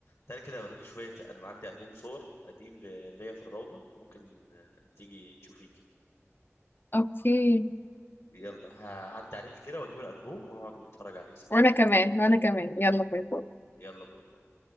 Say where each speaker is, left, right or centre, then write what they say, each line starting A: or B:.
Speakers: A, on the left; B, on the left.
A: تعالى كده أوريكي شوية ألب- عندي ألبوم صور قديم ل- ليا في الروضة ممكن آه، تيجي تشوفيه كده
B: اوكي
A: يلا هعدي عليك كده واجيب الالبوم ونقعد نتفرج عليه سوا
B: وانا كمان وانا كمان يلا باي باي
A: يلا باي باي